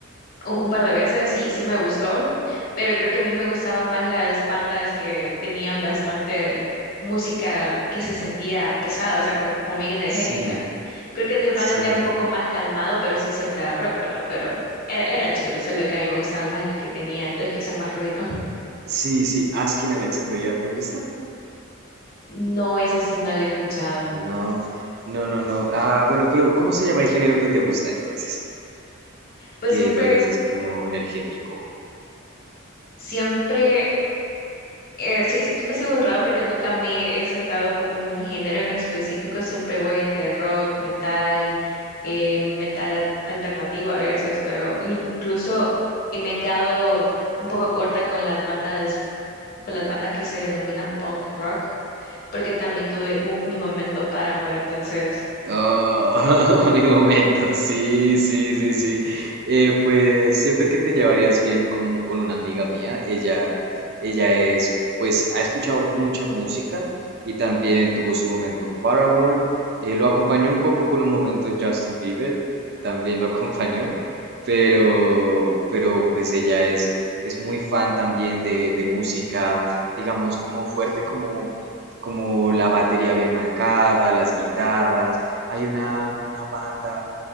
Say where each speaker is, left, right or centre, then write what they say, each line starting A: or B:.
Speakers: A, on the left; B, on the right.
A: un, un par de veces, sí, sí me gustó, pero creo que a mí me gustaban más las bandas que tenían bastante música que se sentía pesada, o sea, como, como bien energética.
B: Sí,
A: Creo que Nirvana
B: sí,
A: era un poco más calmado, pero sí siempre era rock, ¿verdad? Pero era, era chivo, solo que a mí me gustaban más las que tenían, las que hacían más ruido.
B: sí, sí. Askin Alexandria, ¿te gusta?
A: No, esa sí no la he escuchado.
B: No, no, no, no. Ah, bueno, pero ¿cómo se llama el género que te gusta entonces?
A: Pues
B: Que
A: siempre,
B: lo dices como energético.
A: siempre. Eh, sí- sí- siempre he sido un raro porque nunca me he centrado como en un género en específico, siempre voy entre rock, metal, eh, metal al- alternativo a veces, pero incluso eh, me he quedado un poco corta con las bandas, con las bandas que se denominan punk rock, porque también tuve mu- mi momento Paramore, entonces
B: Oh, <laughs> mi momento, sí, sí, sí, sí. Eh, pues siento que te llevarías bien como con una amiga mía. Ella, ella es, pues, ha escuchado mucha música y también tuvo su momento Paramore. Eh, lo acompañó un poco con un momento Justin Bieber, también lo <laughs> acompañó, pero, pero pues ella es, es muy fan también de, de música, digamos, como fuerte, como, como la batería bien marcada, las guitarras. Hay una, una banda,